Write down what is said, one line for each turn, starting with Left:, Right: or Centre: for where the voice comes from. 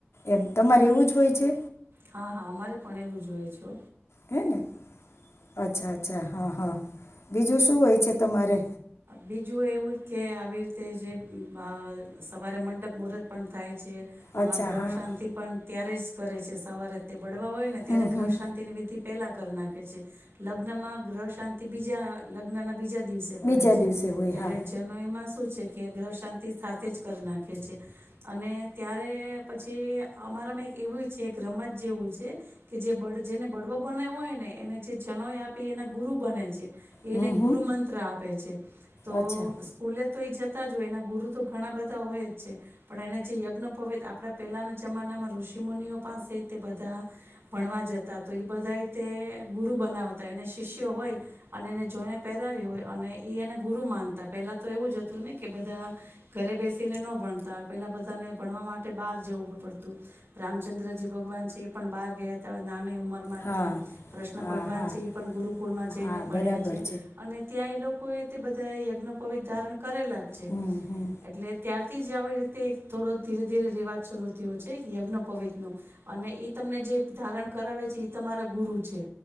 Left: એમ તમારે એવું જ હોય છે?
Right: હા હા અમારે પણ એવું હોય છો.
Left: હે ને અચ્છા અચ્છા હા હા બીજું શું હોય છે? તમારે
Right: બીજું એવું કે આવી રીતે જે અ મ સવારે મંડપ મુહરત પણ થાય છે. આમાં
Left: અચ્છા
Right: ગ્રહ
Left: હા
Right: શાંતિ પણ ત્યારે જ કરે છે સવારે તે બળવા હોય ને ત્યારે
Left: હમ
Right: ગ્રહ
Left: હમ
Right: શાંતિની વિધિ પેલા કર નાખે છે, લગ્નમાં ગ્રહ શાંતિ બીજા અ લગ્નના બીજા દિવસે કરે
Left: બીજા
Right: છે,
Left: દિવસે હોય
Right: ત્યારે
Left: હા
Right: જનોઈ એમાં શું છે કે ગ્રહ શાંતિ સાથે જ કરી નાખે છે, અને ત્યારે પછી અમારામાં એક એવું છે એક રમત જેવું છે કે જે બળ જેને બળવો બનાવ્યો હોય ને એને જે જનોય આપી એના ગુરુ બને છે. એને
Left: હમ
Right: ગુરુ
Left: હમ
Right: મંત્ર આપ પે છે. તો
Left: અચ્છા
Right: સ્કૂલે તો એ જતા જ હોય એના ગુરુ તો ઘણા બધા હોય જ છે, પણ એને જે યજ્ઞ પવિત્ર આપણા પહેલાના જમાનામાં ઋષિ મુુનિઓ પાસે તે બધા ભણવા જતા તો ઈ બધાએ તે ગુરુ બનાવતા એને શિષ્યો હોય અને એને જોઈને પહેરાવી હોય અને ઈ એને ગુરુ માનતા પેલા તો એવું જ હતું ને કે બધા ઘરે બેસીને ન ભણતા પેલા બધાને ભણવા માટે બહાર જવું પડતું. રામચંદ્રજી ભગવાન છે એ પણ બહાર ગયા હતા નાની ઉંમર મર માં
Left: હા
Right: તે કૃષ્ણ
Left: હા
Right: ભગવાન
Left: હા
Right: છે ઈ પણ ગુરુકુળમાં જઈને
Left: હા
Right: ભણ્યા
Left: બરાબર
Right: છે અને ત્યાં ઈ લોકો તે બધા યજ્ઞ પવિધારણ કરેલા જ છે,
Left: હમ હમ
Right: એટલે ત્ય થી જે આવી રીતે થોડો ધીરે ધીરે રિવાજ શરૂ થયો છે યજ્ઞ પવિત્ર નો અને એ તમને જે ધારણ કરાવે છે ઈ તમારા ગુરુ છે